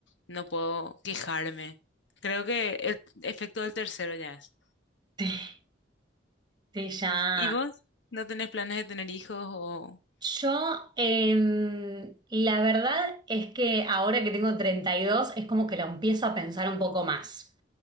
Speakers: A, on the left; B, on the right.
A: No puedo quejarme. Creo que el efecto del tercero ya es.
B: Sí, sí, ya.
A: ¿Y vos? ¿No tenés planes de tener hijos o...?
B: Yo, em, la verdad es que ahora que tengo 32 es como que lo empiezo a pensar un poco más.